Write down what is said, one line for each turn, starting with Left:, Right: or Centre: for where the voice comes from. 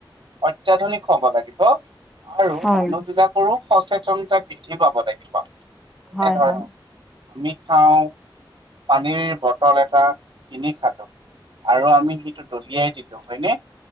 Right: অত্যাধুনিক হ'ব লাগে। আৰু
Centre: হয়
Right: মানুহবিলাকৰো সচেতনতা বৃদ্ধি পাব লাগিব। যেনে
Centre: হয়,
Right: ধৰক
Centre: হয়।
Right: আমি খাওঁ পানীৰ বটল এটা। কিনি খালো আৰু আমি সেইটো দলিয়াই দিলো হয়নে